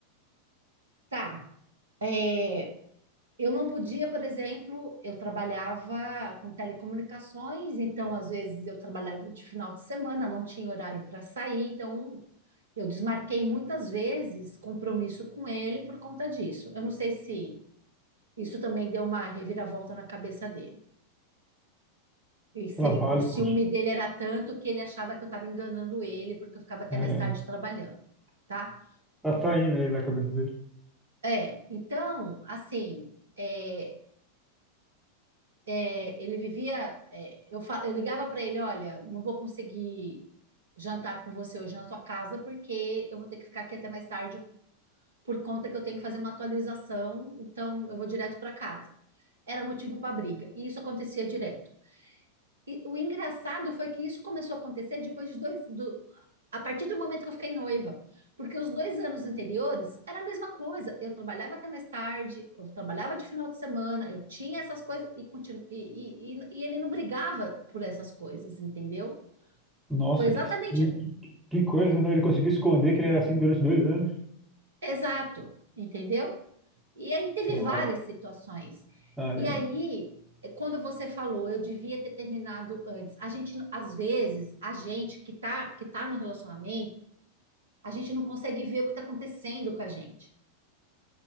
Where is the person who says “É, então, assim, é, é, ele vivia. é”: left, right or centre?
Right